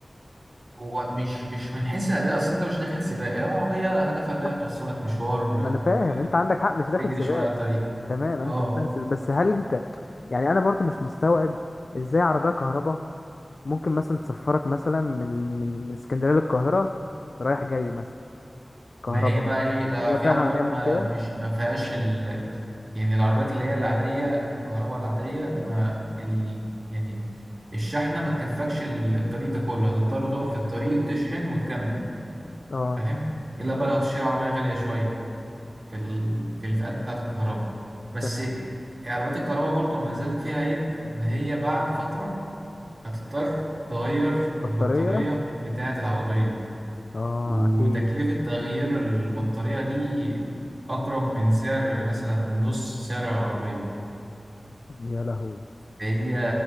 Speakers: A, on the right; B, on the left.
A: هو مش مش من حيث الأداء أصل أنت مش داخل سباق هي العربية هدفها إنها
B: لا
A: توصلك مشوار
B: ما
A: آه،
B: انا فاهم انت عندك حق مش داخل
A: تجري
B: سباق
A: شوية على الطريق
B: تمام انا
A: اه
B: انت بتغسل بس هل انت يعني انا برضو مش مستوعب ازاي عربيه كهرباء ممكن مثلا تسفرك مثلا من من من اسكندريه للقاهره رايح جاي مثلا كهرباء
A: ما هي بقى ايه لا
B: هي
A: في
B: فعلا
A: عربيات
B: هتعمل
A: ما
B: كده
A: بيش ما فيهاش ال يعني العربيات اللي هي العادية الكهرباء العادية ما ال يعني الشحنة ما تكفكش ال- الطريق ده كله هتضطر تقف في الطريق وتشحن وتكمل
B: اه
A: فاهم إلا بقى لو هتشتري عربية غالية شوية في ال في الفئات بتاعة الكهرباء بس
B: ت-
A: عربيات الكهرباء برضو ما زالت فيها عيب إن هي بعد فترة هتضطر تغير
B: بطاريه
A: البطارية بتاعة العربية
B: اه
A: وتكلفة
B: اكيد
A: تغيير البطارية دي أقرب من سعر مثلا نص سعر العربية
B: يا لهوي
A: هي